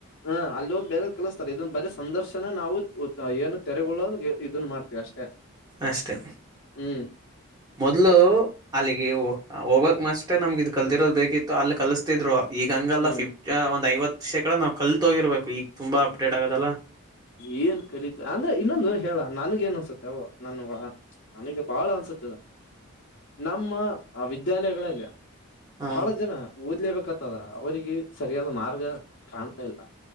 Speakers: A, on the left; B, on the right.
A: ಹ ಅಲ್ಲಿಂದ್ ಬೇರೆ ಕಲಿಸ್ತಾರೆ ಇದೊಂದು ಬರೀ ಸಂದರ್ಶನ ನಾವು ಏನು ತೆಗೊಳ್ಳೋದ ಇದನ್ನು ಮಾಡ್ತೀವಿ ಅಷ್ಟೇ
B: ಅಷ್ಟೆ
A: ಹ್ಮ್
B: ಮೊದ್ಲು ಅಲ್ಲಿಗೆ ಹೋಗಕ್ ಅಷ್ಟೆ ನಮ್ಗೆ ಇ ಕಲ್ತಿರೋದು ಬೇಕಿತ್ತು ಅಲ್ಲಿ ಕಲ್ಸ ಗತಿದ್ರು ಈಗ ಹಂಗಲ್ಲ
A: ಹ್ಮ್
B: ಫಿಫ್ಟ ಒಂದ್ ಐವತ್ತು ಶೇಕಡ ನಾವ್ ಕಲ್ತ್ಗಿರ್ಬೇಕು ಈಗ ತುಂಬಾ ಅಪ್ಡೇಟ್ ಆಗದಲ್ಲಾ
A: ಏನ್ ಕಲೀತ ಅಂದ್ರೆ ಇನ್ನೊಂದು ಹೇಳ ನನಗ ಏನ್ ಅನ್ಸುತ್ತೆ ನನ್ನ ನನಗೆ ಬಾಳ ಅನ್ಸುತ್ತೆದ ಅದ ನಮ್ಮ ಆ ವಿದ್ಯಾಲಯಗಳಲ್ಲಿ
B: ಹ
A: ಬಹಳ ಜನ ಓದ್ಲೇಬೇಕತ್ತದ್ರ ಅವರಿಗೆ ಸರಿಯಾದ ಮಾರ್ಗ ಕಾಣ್ತಾ ಇಲ್ಲಾ